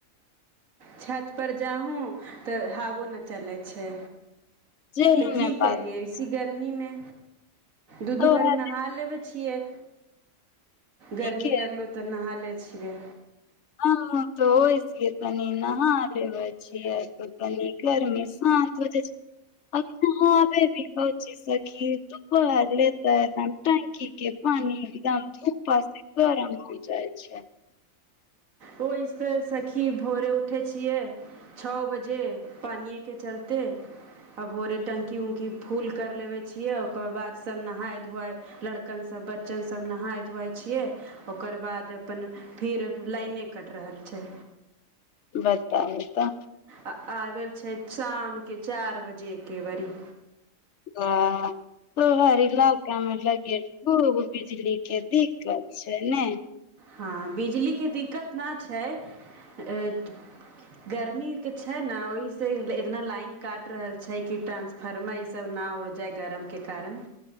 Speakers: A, on the right; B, on the left.
A: छत पर जाहूँ तऽ हावो ना चलै छै।
B: जेही
A: ते की
B: ने बात
A: करिये <unintelligible> गर्मी मे दू-दू
B: तोरा
A: बारी नहा लेबै छियै।
B: ठीके
A: गर्मी लगलो तऽ नहा लै छियै।
B: हमु तऽ ओय सिये तनी नहा लेबै छियै त तनी गर्मी शांत हो जाय छै, अभी नहाबे भी <unintelligible> सखी दुपहर ले ते एखन टंकी के पानी एकदम धूपा से गरम होय जाय छै।
A: ओय से सखी भोरे उठे छियै। छ बजे पानिये के चलतै। आ भोरे टंकी-उंकी फूल कर लेबै छियै, ओकर बाद सब नहाए-धुआए लड़कन सब, बच्चन सब नहाए-धुआए छियै। ओकर बाद अपन फिर लेएने कट रहल छै।
B: बताउ तऽ।
A: आ आबल छै शाम के चार बजे के बड़ी।
B: तऽ तोहर इलाका में लगै खूब बिजली के दिक्कत छै नै।
A: हां बिजलीके दिक्कत ना छै ए गर्मी के छै ना ओहि से इतना लाइन काट रहल छै कि टांस फरमा ई सब ना उड़ जाय गरम के कारण।